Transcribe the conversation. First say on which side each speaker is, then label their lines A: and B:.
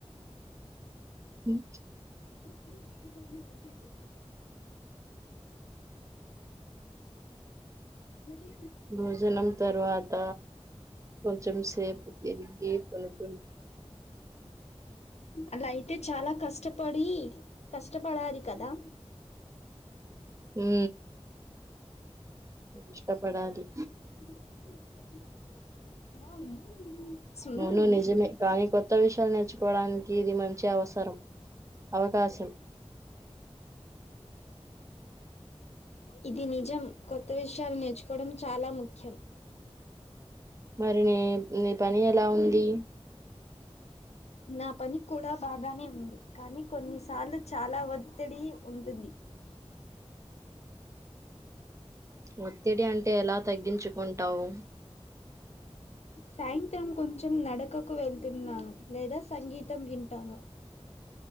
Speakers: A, on the right; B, on the left.
A: ఉ
B: <inaudible> చిన్నదీ
A: భోజనం తర్వాత కొంచెం సెపు తిరిగి పడ్కున్
B: అలఅయితే చాలా కష్టపడీ కష్టపడాలి కదా
A: ఊ కష్టపడాలి
B: <inaudible> సునామీ,
A: అవును నిజమె
B: హలో.
A: కానీ కొత్త విష ల్ నేర్చుకోవడానికి ఇది మంచి అవసరం అవకాశం
B: ఇది నిజం కొత్త విషయాలు నేర్చుకోవడం చాలా ముఖ్యం
A: మరి నీ ని పని ఎలా ఉంది
B: నా పని కూడా బాగానే ఉంది కానీ కొన్నిసార్లు చాలా ఒత్తిడి ఉన్ ది
A: ఒత్తిడి అంటే ఎలా తగ్గించుకుంటవ్
B: సాయింత్రం కొంచం నడకకు వెళ్తున్నాను లేదా సంగీతం వింటాను